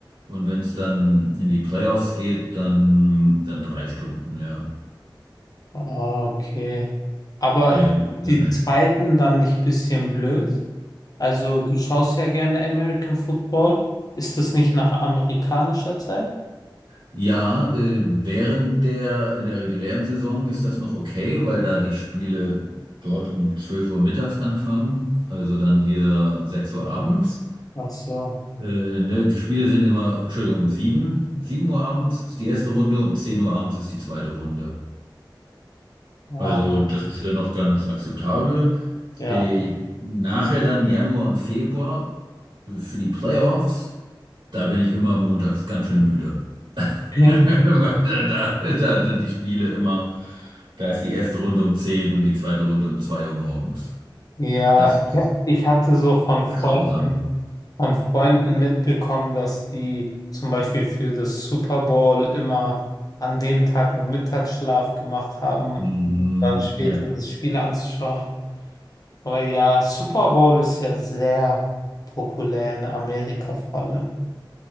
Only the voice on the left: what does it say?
Ah, okay. Aber
die Zeiten dann nicht ein bisschen blöd? Also, du schaust ja gerne American Football. Ist das nicht nach amerikanischer Zeit?
Ach so.
Ah,
ja.
<laughs>
Ja,
ich, ich hatte so von Freunden,
von Freunden mitbekommen, dass die zum Beispiel für das Super Bowl immer an dem Tag einen Mittagsschlaf gemacht haben,
dann später
das Spiel anzuschauen. Aber ja, Super Bowl ist ja sehr populär in Amerika vor allem.